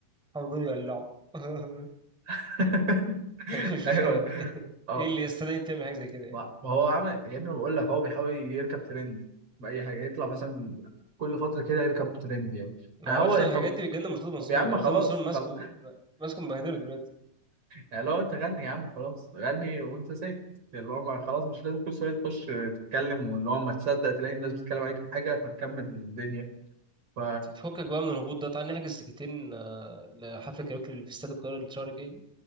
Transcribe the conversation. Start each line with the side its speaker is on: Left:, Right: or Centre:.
Centre: محمد رمضان يقلعه <laughs>
Right: <laughs>
Centre: مش
Right: ايوه
Centre: فاهم ايه
Right: اه
Centre: ايه اللي يستدعي انت تعمل حاجه زي كده يعني
Right: ما ما هو عمل يا ابني بقول لك هو بيحاول يركب ترند بأي حاجه يطلع مثلا كل فتره كده يركب ترند يعني
Centre: ما
Right: يعني
Centre: اعرفش
Right: هو
Centre: ان الحاجات
Right: طب
Centre: دي بتجنن مرتضى منصور
Right: طب يا عم
Centre: يعني
Right: خلاص
Centre: مرتضى منصور ماسكه
Right: خلاص
Centre: ماسكه مبهدله دلوقتي
Right: يعني لو انت غني يا عم خلاص غني وانت ساكت اللي هو ما- خلاص مش لازم كل شويه تخش تتكلم واللي هو ما تصدق تلاقي الناس بتتكلم عليك في حاجه فتكمل الدنيا ف
Centre: فكك بقى من الهبوط ده تعال نحجز تيكتين آه، لحفله كاريوكي اللي في استاد القاهره الشهر الجاي دي